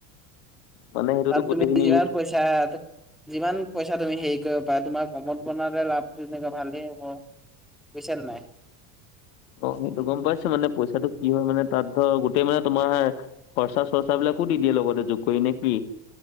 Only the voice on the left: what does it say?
মানে সেইটোতো
গোটেইখিনি
ইউজ
অ, সেইটো গম পাইছো মানে পইচাটো কি হয় মানে তাত ধৰ গোটেই মানে তোমাৰ খৰচা-চৰ্চা বিলাকো দি দিয়ে লগতে যোগ কৰি নে কি?